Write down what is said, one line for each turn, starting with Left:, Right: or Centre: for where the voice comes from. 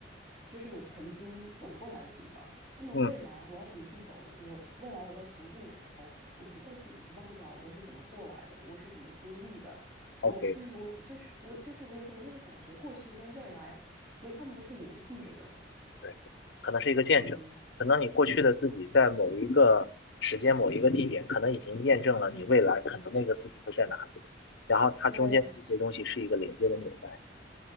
Right: 这是我曾经走过来的地方。那么未来我要怎么去走的？
Left: 嗯
Right: 我未来我在前进的时候，我不会去遗忘掉我是怎么过来的，我是怎么经历的。我对我就是我就是我有时候我就会感觉过去跟未来其实他们都是联系着的。
Left: ，OK，对，可能是一个见证，
Right: 嗯，
Left: 可能你过去的自己在某一个时间、某一个地点，可能已经验证了你未来可能那个自己会在哪里，然后它中间的这些东西是一个连接的纽带。
Right: 对。